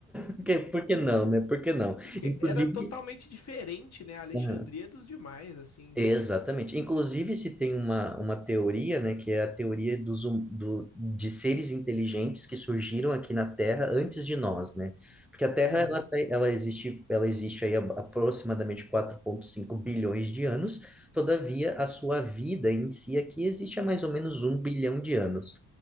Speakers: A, in the centre; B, on the left.
A: Porque, por que não, né? Por que não?
B: Porque
A: Inclusive,
B: era totalmente diferente, né, a Alexandria
A: aham,
B: dos demais, assim.
A: exatamente. Inclusive, se tem uma, uma teoria, né, que é a teoria dos, hum- do, de seres inteligentes que surgiram aqui na Terra antes de nós, né? Porque a Terra,
B: Uhum.
A: ela, tem- ela existe, ela existe aí a- aproximadamente quatro vírgula cinco bilhões de anos, todavia, a sua vida em si aqui existe há mais ou menos um bilhão de anos.